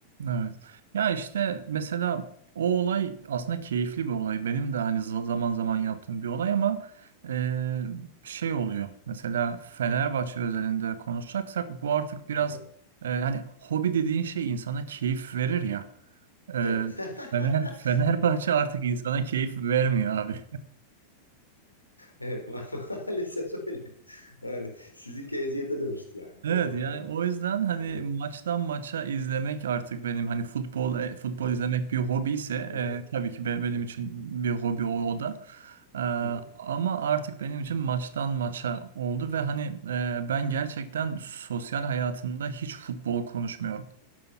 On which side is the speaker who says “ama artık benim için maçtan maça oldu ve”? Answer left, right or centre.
Right